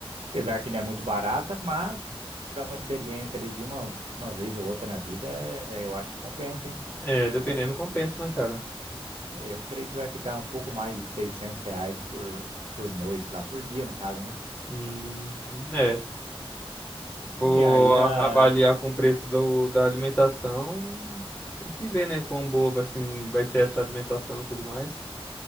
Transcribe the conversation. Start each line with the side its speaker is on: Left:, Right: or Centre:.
Right: apesar que não é muito barata, mas para uma experiência ali de uma uma vez ou outra na vida, é- eu acho que compensa, hein?
Left: É, dependendo,
Right: Mas Eu,
Left: compensa, né, cara?
Right: é, eu creio que vai ficar um pouco mais de 600 reais por, por noite lá, por dia, no caso, né?
Left: Hum, é,
Right: E,
Left: vou
Right: e aí a,
Left: avaliar com o preço do, da alimentação, tem que ver, né, quão boa vai ser, vai ser essa alimentação e tudo mais.